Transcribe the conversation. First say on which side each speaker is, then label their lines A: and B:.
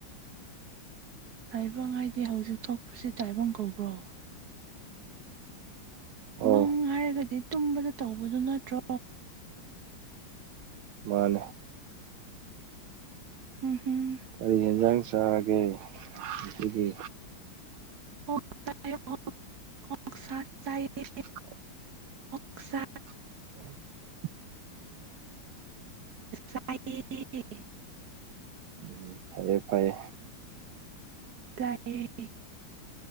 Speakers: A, on the right (about 60°); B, on the right (about 85°).
A: ꯇꯥꯏꯕꯪ ꯍꯥꯏꯗꯤ ꯍꯧꯖꯤꯛ ꯊꯣꯛꯄꯁꯤ ꯇꯥꯏꯕꯪ ꯀꯧꯕ꯭ꯔꯣ
B: ꯑꯣ
A: ꯃꯪ ꯍꯥꯏꯔꯒꯗꯤ ꯇꯨꯝꯕꯗ ꯇꯧꯕꯗꯣ ꯅꯠꯇ꯭ꯔꯣ
B: ꯃꯥꯅꯦ
A: ꯎꯝ ꯍꯝ
B: ꯀꯔꯤ ꯌꯦꯟꯖꯥꯡ ꯆꯥꯔꯒꯦ ꯉꯁꯤꯒꯤ
A: ꯑꯣꯛ ꯆꯢꯌꯦ ꯑꯣꯛ ꯑꯣꯛꯁꯥ ꯆꯥꯢꯌꯦ
B: <unintelligible>
A: ꯑꯣꯛꯁꯥ
B: <unintelligible>
A: ꯆꯥꯏꯌꯦ
B: ꯎꯝ ꯐꯌꯦ ꯐꯌꯦ
A: ꯇꯏꯌꯦ